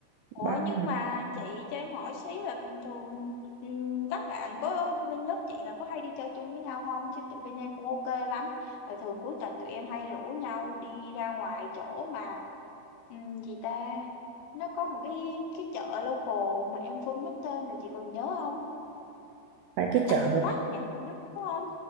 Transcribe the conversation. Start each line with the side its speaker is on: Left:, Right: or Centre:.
Left: Ủa
Right: Bao
Left: nhưng
Right: nhiêu người-
Left: mà chị cho em hỏi xí là bình thường ừm, các bạn có bên lớp chị là có hay đi chơi chung với nhau không? Chứ tụi bên em cũng ok lắm. Là thường cuối tuần tụi em hay rủ nhau đi ra ngoài chỗ mà ừm, gì ta? Nó có một cái cái chợ local mà em quên mất tên rồi chị còn nhớ không?
Right: tại cái chợ
Left: IT Park nhỉ, đúng không?